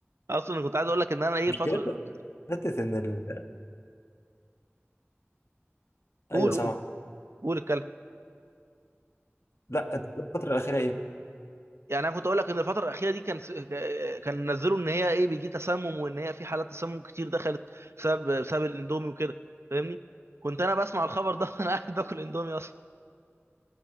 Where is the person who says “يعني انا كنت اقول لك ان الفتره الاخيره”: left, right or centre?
Right